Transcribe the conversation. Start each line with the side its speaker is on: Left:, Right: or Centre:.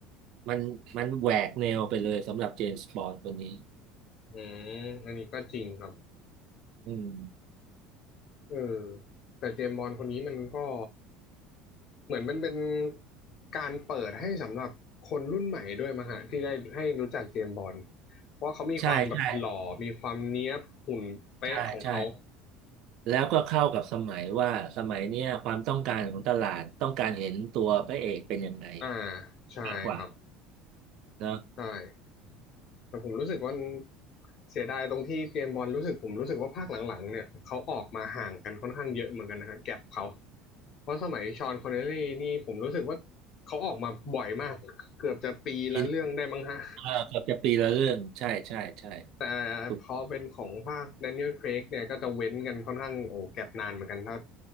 Right: มันมันแหวกแนวไปเลยสำหรับเจมส์บอนด์คนนี้
Left: อืมอันนี้ก็จริงครับ
Right: อืม
Left: เออแต่เจมส์บอนด์คนนี้มันก็เหมือนมันเป็นการเปิดให้สำหรับคนรุ่นใหม่ด้วยมางฮะที่ได้ให้รู้จักเจมส์บอนด์เพราะเขามีความแบบหล่อมีความเนี้ยบหุ่นเป๊ะของเขา
Right: ใช่ใช่ใช่ใช่ แล้วก็เข้ากับสมัยว่าสมัยเนี้ยความต้องการของตลาดต้องการเห็นตัวพระเอกเป็นยังไง
Left: อ่าใช่ครับ
Right: มากกว่าเนาะ
Left: ใช่ แต่ผมรู้สึกว่าเสียดายตรงที่เจมส์บอลรู้สึกผมรู้สึกว่าภาคหลังๆเนี่ยเขาออกมาห่างกันค่อนข้างเยอะเหมือนกันนะครับแก็บเขาเพราะสมัยชอนคอนเนลลี่นี่ผมรู้สึกว่าเขาออกมาบ่อยมากเกือบจะปีละเรื่องได้มั้งฮะ
Right: ปีนี้เออเกือบจะปีละเรื่องใช่ใช่ใช่
Left: แต่พอเป็นของภาคแดเนียลเครกเนี่ยก็จะเว้นกันค่อนข้างโอ้แก็บนานเหมือนกันถ้า
Right: ถูก